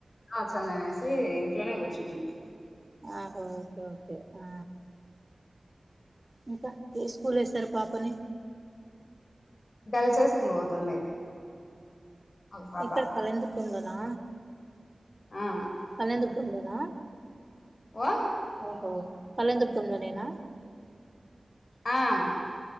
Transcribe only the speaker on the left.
వచ్చందనేసి ఇంట్లోనే కూర్చున్నా.
గర్ల్స్ హైస్కూల్ పోతుంది. అవ్ పాప
ఆ
ఆ
ఆ.